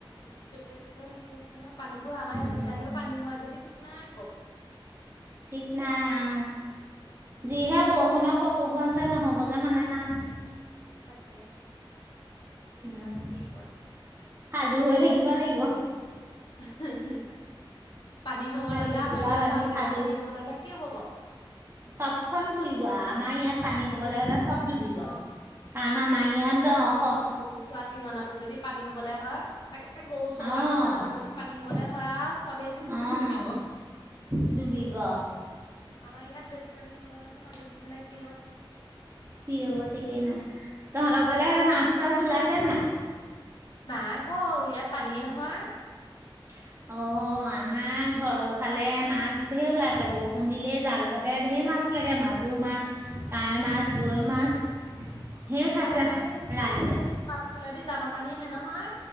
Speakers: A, on the left; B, on the right.
A: ত ততে হেৰি হৈছে নহয় পানী বোৰ আমাৰ
B: উম
A: এইটো চাইট ত পানী হয় যদি ঠিক নাই আকৌ
B: ঠিক নাই অ
A: উম
B: যিহে বৌষণ পক ক'ব আছে নহ'ব যে মানে নাই।
A: তাকে এইবা
B: উম,
A: কি কয়
B: সাজু হৈ থাকিব লাগিব।
A: হি হি পানী হ'ব হ'লে
B: টালি টোপোলা
A: আও আমাৰ ইয়াত
B: বান্ধি
A: বাম জেগাত
B: সাজু।
A: পানী হ'ব নহ'লে কি হ'ব বাও।
B: চবখন বুৰিব আ আমাৰ ইয়াত পানী হবলৈ হলে চব ডুবিব
A: অ
B: কাৰণ আমাৰ ইয়াত দ অখ
A: গৌ চোৱা টিঙনাটোত যদি পানী হবলৈ হয়, তাকে গৌ চোৱা
B: অ'।
A: টিঙনাটোত যদি পানী হ'ব বলে হয় আৰু চবেই
B: অ',
A: ডুবিব।
B: ডুবিব
A: আমাৰ ইয়াত বেছি পানী হ'ব লালে তো মাজত ফালে কি
B: কি হব ঠিকেই নাই। তহঁতৰ ফালে মাছ চাছ ওলাই আছে নাই?
A: নাই ক ইয়াত পানীয়ে নহয়।
B: <unintelligible> অ আমাৰ ঘৰৰ ফালে মাছ ঢেৰ ওলাইছে, বৰষুণ দিলেই জাল পাতে ঢেৰ মাছ। মাছ লাগে মাগুৰ মাছ, কাৱৈ মাছ গৰৈ মাছ। ঢেৰ খাইছে
A: আগতে এইটো
B: ৰাইজে
A: কি পাছফালেদি জানৰ পানী আহে নহয়।